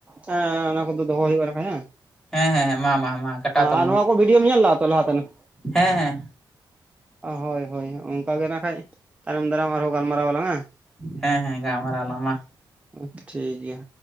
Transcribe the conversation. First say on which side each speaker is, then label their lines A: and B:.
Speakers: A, on the right; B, in the centre.
A: ᱮᱸ ᱚᱱᱟ ᱠᱚᱫᱚ ᱫᱚᱦᱚ ᱦᱩᱭᱩᱜᱼᱟ ᱱᱟᱠᱷᱟᱡ ᱦᱮᱸ
B: ᱦᱮᱸ ᱦᱮᱸ ᱦᱮᱸ ᱢᱟ ᱢᱟ ᱢᱟ ᱠᱟᱴᱟᱣ ᱛᱟᱞᱟᱝ
A: ᱟᱨ ᱱᱚᱣᱟ
B: ᱢᱮ
A: ᱠᱚ ᱵᱷᱤᱰᱭᱳᱢ ᱧᱮᱞ ᱞᱮᱜᱼᱟ ᱛᱚ ᱞᱟᱦᱟ ᱛᱮᱱᱟᱜ᱾
B: ᱦᱮᱸ ᱦᱮᱸ
A: ᱦᱳᱭ ᱦᱳᱭ ᱚᱱᱠᱟ ᱜᱮ ᱱᱟᱜ ᱠᱷᱟᱡ, ᱛᱟᱭᱚᱢ ᱫᱟᱨᱟᱢ ᱟᱨᱦᱚᱸ ᱜᱟᱞᱢᱟᱨᱟᱣ ᱟᱞᱟᱝ ᱦᱮᱸ᱾
B: ᱦᱮᱸ ᱦᱮᱸ ᱜᱟᱞᱢᱟᱨᱟᱣ ᱟᱞᱟᱝ ᱢᱟ
A: ᱴᱷᱤᱠ ᱜᱮᱭᱟ᱾